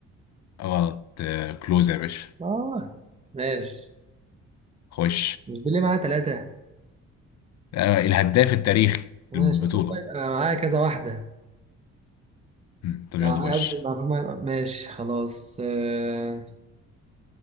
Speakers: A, on the left (about 65°); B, on the right (about 20°).
A: غلط آه كلوزا يا باشا
B: اه ماشي
A: خش
B: مش بيليه معاه ثلاثه
A: آه، الهداف التاريخي
B: ماشي
A: للبطولة
B: المفروض بقى يبقى معاه كذا واحده
A: مم، طب
B: يعني
A: يلا خش
B: قصدي المعلومة يبقى- ماشي خلاص آه،